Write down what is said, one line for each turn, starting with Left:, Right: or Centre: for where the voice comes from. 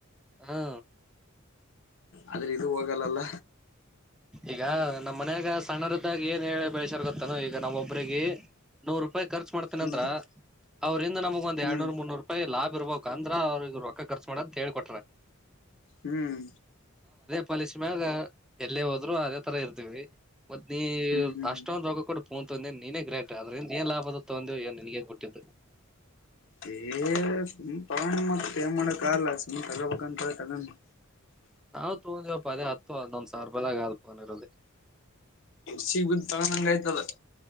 Centre: ಹಾ
Left: ಆದ್ರೆ ಇದು ಹೋಗಲ್ಲಲ್ಲ
Centre: ಈಗ ನಮ್ಮ್ ಮನ್ಯಾಗ ಸಣ್ಣರದ್ದಾಗಿ ಏನ್ ಹೇಳ ಬೆಳಸ್ಯಾರ ಗೊತ್ತಾನ ಈಗ ನಾವ ಒಬ್ರಿಗೆ ನೂರು ರೂಪಾಯಿ ಖರ್ಚ ಮಾಡತನ
Left: ಹ್ಮ್
Centre: ಅಂದ್ರ ಅವ್ರಂದ ನಮ್ಗೆ ಒಂದ
Left: ಹ್ಮ್
Centre: ಎರಡ್ನೂರು ಮುನ್ನೂ ರೂಪಾಯಿ ಲಾಭ ಇರ್ಬೇಕು ಅಂದ ಅವ್ರಗರು ರೊ ಖರ್ಚು ಮಾಡ ಅಂತ ಹೇಳಿಕೊಟ್ರಾರೆ
Left: ಹ್ಮ್
Centre: ಪಾಲಕ್ಷಮಾಗ ಅಲ್ಲೇ ಹೋದ್ರು ಅದೇ ತರ ಇರ್ತವಿ ಮತ್ತ ನೀ
Left: ಹ್ಮ್ ಹ್ಮ್
Centre: ಅಷ್ಟೊಂದಂದು
Left: ಹ್ಮ್
Centre: ರೋಗ ಕೂಡ ಪೂನ್ ತಂದ ನೀನೇ ಗ್ರೇಟ್ ಆದ್ರಿಂದ ನೀನ್ ಲಾಭದ ತಂದೆ ನನ್ಗೆ ಗಟ್ಟಿದ್ದು
Left: ಏ ಸುಮ್ ಪವಾಣಿ ಮ ಏ ಮಾಡಕ್ ಆಗಲ್ಲ ಸುಮ್ಮ್ ತಗೋಬೇಕಂತ ತಗೊಂಡು
Centre: ನಾವು ತೊಗೊಂಡಿವವಪ್ಪ ಅದೇ ಹತ್ತು ಒಂದೊಂದ್ ಸಾವಿ ರೂಪಾಯದಾಗ ಆದ್ ಫೋನ್ ಇರೋದೆ
Left: ಸಿಗ್ಬ ತಗೊಂಡಂಗ ಆಯ್ತದ